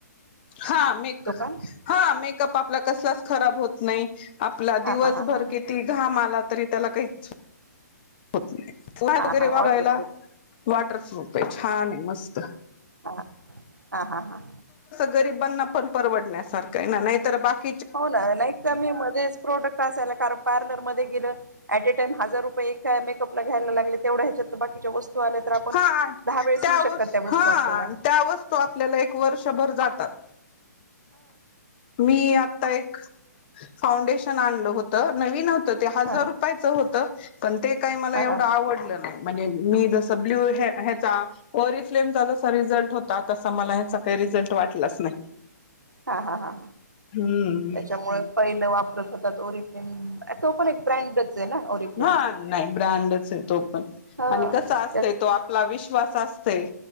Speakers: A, on the left; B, on the right.
A: हा मेक
B: का?
A: हा मेकअप आपला कस असत खराब होत नाही आपला
B: हा
A: दिवसभर
B: हा हा हा ह
A: किती घाम आला तरी त्याला काहीच हो नाहीय
B: हा
A: वगैरे
B: हा वॉटरप्रूफ
A: वारायला वॉटरफ्रुफ आहे छान आहे मस्त.
B: हा हा हा हा.
A: गरीबांना पण परवडण्यासारख ना नाहीतर बाकी,
B: हो ना नाही तर मी मध्येच प्रोडक्ट असायला क कारण पार्लरमध्येध्ये गेलं ऐ एक टाईम हजार रुपये एका मेकअपला घ्यायला लागले तेवढ्याहेजात बाकीच्या वस्तू आल्या तर आपण
A: हा
B: दहा वेळेस
A: त्या
B: होऊ शकतात
A: वसू
B: वस्तू
A: हा
B: आपल्याला
A: त्या वस्तू आपल्याला एक वर्षभर जातात
B: ह <inaudible>
A: मी आता एक फउंडेश, टन आणलं होत नवीन होत ते हजार
B: हा हा
A: रुपयाच होत पण ते काही मला एवढं
B: हा
A: आवडलं नाही. म्हणजे मी जस ब्ल्यूहे हेचा ओरि फ्लेम चा जसा रिझल्ट होता. ता तसा मला ह्याचा काही रिझल्ट वाटलाच नाही
B: हा हा हा
A: हम्म
B: त्याच्यामुळे पहिलं वापरत होतात ओरी तो पण एक ब्रँडच आहे ना ओरिफ्लेमचा
A: हा नाही ब्रँडच आहे तो पण
B: ह
A: आणि कसा असतय
B: त्याच
A: तो आपला विश् विश्वास असतय